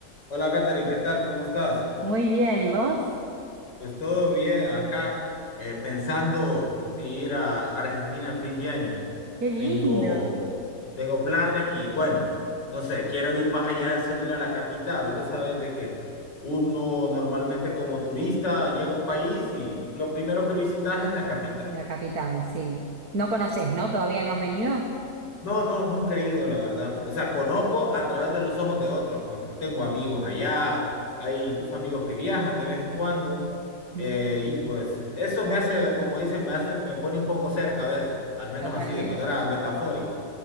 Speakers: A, on the left; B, on the right.
A: Hola, Katherine, ¿qué tal? ¿Cómo estás?
B: Muy bien, ¿y vos?
A: Pues todo bien acá, eh, pensando si ir a Argentina a fin de año.
B: Qué lindo.
A: Tengo, tengo planes y bueno, no sé, quiero ir más allá de solo ir a la capital. Vos sabés de que uno normalmente como turista llega a un país y lo primero que visitas es la capital.
B: La capital, sí. No conoces ¿no? ¿Todavía no has venido?
A: No, no, nunca he ido, la verdad. O sea, conozco a través de los ojos de otros. como- Tengo amigos allá, hay incluso amigos que viajan de vez en cuando.
B: Mira,
A: eh, y pues eso me hace, como dicen, me hace, me pone un poco cerca a veces, al menos
B: totalmente.
A: así, de manera metafórica.